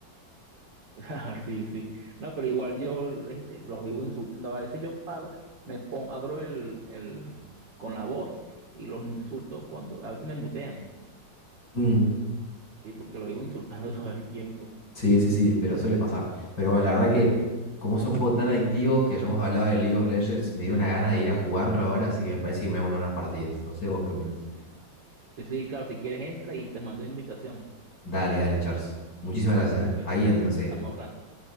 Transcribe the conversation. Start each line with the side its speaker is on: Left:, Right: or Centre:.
Right: <laughs> Ah, Sí, sí. No, pero igual yo este, los vivo insultando. A veces yo pago, me pongo, abro el, el, con la voz y los insulto cuando, a veces me mutean,
Left: Mm,
Right: ¿sí? Porque los vivo insultando <laughs> todo el tiempo.
Left: sí, sí, sí, pero suele pasar. Pero bueno, la verdad que como es un juego tan adictivo que ya hemos hablado de League of Legends, me dio una gana de ir a jugarlo ahora, así que me parece que me voy a mandar unas partidas. No sé vos qué opinas.
Right: Sí, sí, Sí, sí, claro, si quieres entra y te mando invitación.
Left: Dale, dale, Charles. Muchísimas gracias,
Right: Dale,
Left: ¿eh?
Right: pues,
Left: Ahí entro enseguida.
Right: estamos hablando.